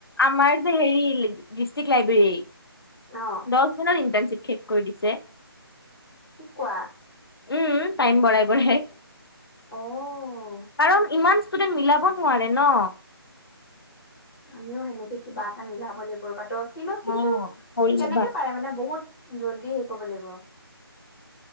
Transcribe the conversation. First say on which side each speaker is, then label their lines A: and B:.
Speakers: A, on the left; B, on the left.
A: আমাৰ যে হেৰি ডিষ্ট্ৰিক লাইব্ৰেৰীৰ
B: অ
A: দহ দিনৰ ওপৰত ইনটাৰ্ণশিপ কৰি দিছে।
B: কি কোৱা?
A: উম টাইম বৰাই বঢ়াই
B: অ
A: কাৰণ ইমান ষ্টুডেন্ট মিলাব নোৱাৰে ন
B: আমিও সেনেকে কিবা এটা মিলাব লাগিব ৰবা দহ দিনত কিন্তু
A: অ', কৰি
B: কেনেকে
A: ল'বা।
B: পাৰে মানে বহুত জল্ডি ক'ব লাগিব